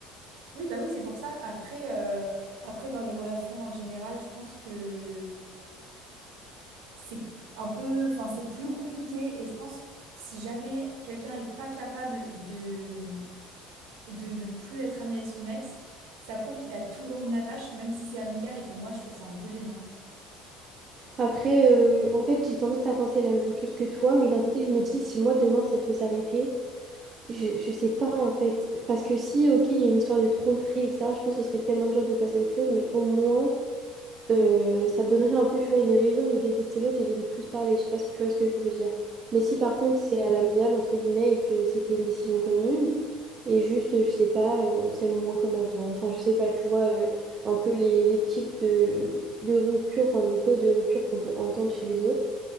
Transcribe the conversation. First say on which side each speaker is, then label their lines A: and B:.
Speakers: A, on the right; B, on the right.
A: Oui, bah oui, c'est pour ça. Après, euh, après, dans les relations en général, je pense que c'est un peu, enfin, c'est plus compliqué, et je pense, si jamais quelqu'un est pas capable de de ne plus être ami avec son ex, ça prouve qu'il a toujours une attache, même si c'est amical, et pour moi, je trouve ça un peu gênant.
B: Après, euh, en fait, j'ai tendance à penser la même chose que toi, mais d'un côté, je me dis, si moi, demain, ça devait s'arrêter, je, je sais pas, en fait. Parce que si, ok, il y a une histoire de tromperie, etc., je pense que ce serait tellement dur de passer à autre chose, mais au moins, euh, ça te donnerait un peu, tu vois, une raison de détester l'autre et de ne plus se parler. Je sais pas si tu vois ce que je veux dire. Mais si par contre c'est à l'amiable, entre guillemets, et que c'était une décision commune, et juste, je sais pas, euh, on s'aime moins comme avant. Enfin, je sais pas, tu vois, euh, un peu les, les types de, de rupture, enfin, de causes de rupture qu'on peut entendre chez les autres,